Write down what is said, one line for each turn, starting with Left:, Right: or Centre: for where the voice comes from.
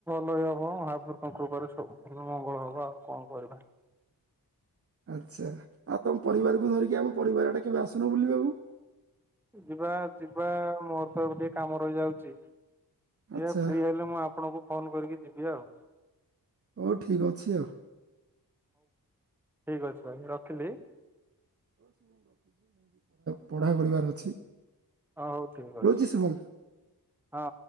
Centre: ମହାପୁରୁଙ୍କ କୃପାରେ ଭ ମଙ୍ଗଳ ହବ ଆଉ କଣ କରିବା।
Right: ଆଚ୍ଛା ଆଉ ତମ ପରିବାରକୁ ଧରିକି ଆମ ପରିବାରଡ଼େ କେବେ ଆସୁନ ବୁଲିବାକୁ।
Centre: ଯିବା ଯିବା ମୋର ତ ଟିକେ କାମ ରହିଯାଉଛି। ଦେଖିବା
Right: ଆଚ୍ଛା
Centre: ଫ୍ରି ହେଲେ ମୁଁ ଆପଣଙ୍କୁ ଫୋନ କରିକି ଯିବି ଆଉ।
Right: ହଉ ଠିକ ଅଛି ଆଉ।
Centre: ଠିକ୍ ଅଛି ଭାଇ ରଖିଲି।
Right: ପଢ଼ା କରିବାର ଅଛି।
Centre: ଓ ହଉ ଠିକ ଅଛି
Right: ରହୁଛି ଶୁଭମ
Centre: ହଁ।